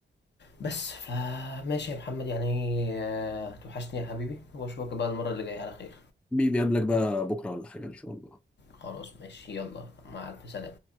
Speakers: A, on the left; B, in the centre.
A: بس فماشي يا محمد يعني آه، توحشني يا حبيبي وأشوفك بقى المرة اللي جاية على خير
B: بي- بيقابلك بقى بكره ولا حاجه ان شاء الله
A: خلاص ماشي يلا مع ألف سلامة